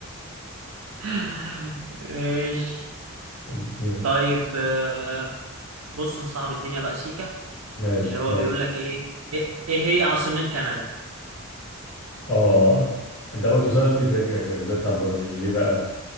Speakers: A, on the right; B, on the left.
A: <gasps> <laughs> ماشي
B: ادينا
A: طيب آه، بص نصعب الدنيا بقى سيكا
B: ماشي
A: اللي هو
B: يلا
A: بيقول لك ايه ايه إيه هي عاصمة كندا
B: اه ده برضو سؤال فيه تريكة كده زي بتاع البرازيل ليه بقى؟